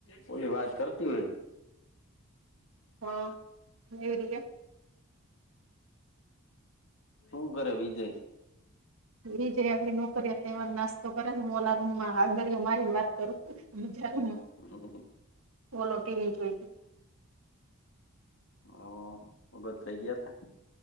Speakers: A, on the left (about 60°); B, on the right (about 75°).
A: બોલી વાત કરતી હોય
B: હા એવી રીતે
A: શું કરે વિજય
B: વિજય આવીલી નોકરી એવા નાસ્તો કરે ને હું ઓલા રૂમમાં આંગરીઓ મારી ને વાત કરું બીજા રૂમમાં
A: હમમ
B: ઓલું ટીવી જોવે
A: હા ભગત થઈ ગયા હતા.